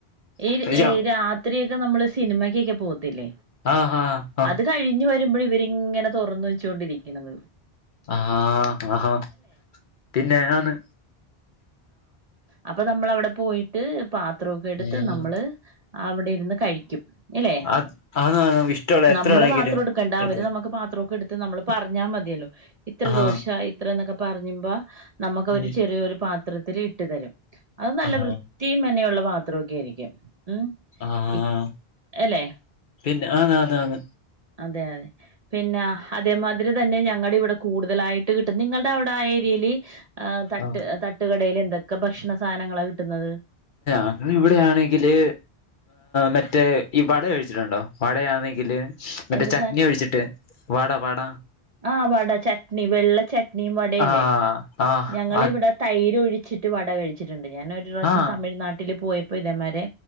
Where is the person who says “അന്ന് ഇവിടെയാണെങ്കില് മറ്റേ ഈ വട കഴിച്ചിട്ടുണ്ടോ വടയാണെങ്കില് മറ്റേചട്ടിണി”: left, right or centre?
Left